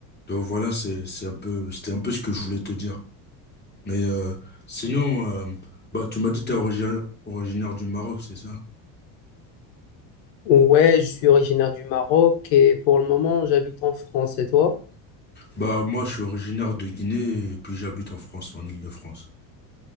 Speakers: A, on the left; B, on the left.
A: Donc voilà, c'est c'est un peu c'était un peu ce que je voulais te dire. Mais euh, sinon, euh, bah tu m'as dit que t'es originaire originaire du Maroc, c'est ça?
B: Ouais, je suis originaire du Maroc et pour le moment, j'habite en France. Et toi?
A: Bah moi je suis originaire de Guinée et puis j'habite en France, en Île-de-France.